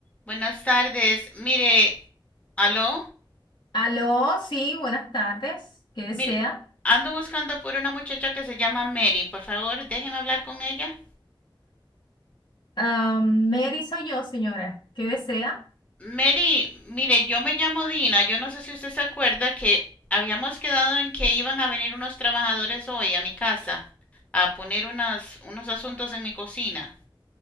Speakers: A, on the left (about 15°); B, on the left (about 60°).
A: Buenas tardes. Mire, aló.
B: Aló, sí, buenas tardes. ¿Qué desea?
A: Mire, ando buscando por una muchacha que se llama Mary. Por favor, déjeme hablar con ella.
B: Ah, Mary soy yo, señora. ¿Qué desea?
A: Mary, mire, yo me llamo Dina. Yo no sé si usted se acuerda que habíamos quedado en que iban a venir unos trabajadores hoy a mi casa a poner unas, unos asuntos en mi cocina.